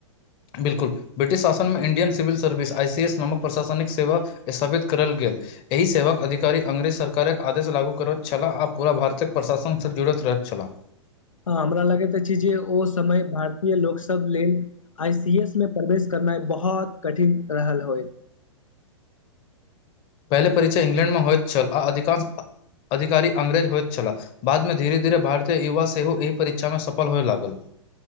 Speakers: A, on the left (about 35°); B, on the left (about 85°).
A: बिल्कुल ब्रिटिश शासन मे Indian civil service I C S नामक प्रशासनिक सेवा स्थापित करल गेल एहि सेवाक अधिकारी अंग्रेज सरकारक आदेश लागू करैत छलाह आ पूरा भारतक प्रशासनसँ जुड़ैत रहैत छलाह
B: हँ हमरा लगैत अछि जे ओ समय भारतीय लोकसब लेल आई सी एस मे प्रवेश करनाइ बहुत कठिन रहल होय
A: पहिले परीक्षा इंग्लैंड मे होयत छल आ अधिकांश अधिकारी अंग्रेज होयत छलाह बादमे धीरे धीरे भारतीय युवा सेहो एहि परीक्षामे सफल होय लागल